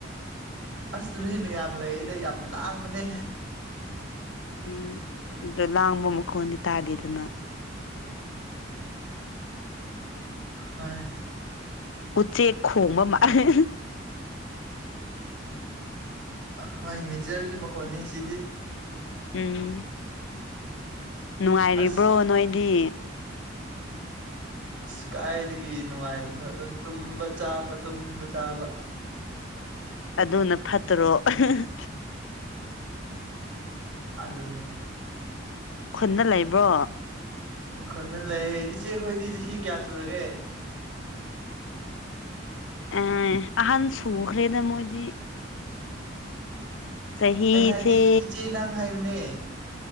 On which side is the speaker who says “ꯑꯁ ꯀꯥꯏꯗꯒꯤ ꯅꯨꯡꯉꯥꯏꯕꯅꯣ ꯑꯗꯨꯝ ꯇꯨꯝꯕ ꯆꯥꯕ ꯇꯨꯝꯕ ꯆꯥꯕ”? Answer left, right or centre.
Right